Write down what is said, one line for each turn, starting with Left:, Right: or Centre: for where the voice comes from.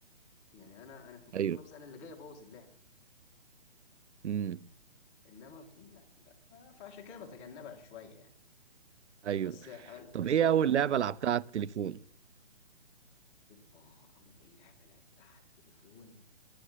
Left: يعني انا انا في
Right: ايوه
Left: برو كلوبز انا اللي جاي ابوظ اللعب
Right: امم
Left: انما في دي لا لا. ف- فعشان كده بتجنبها شويه يعني
Right: ايوه
Left: بس أقول-
Right: طب
Left: بس
Right: ايه
Left: اقول
Right: اول
Left: لك على حاجه
Right: لعبة لعبتها على التليفون
Left: اوبا اول لعبه لعبتها على التليفون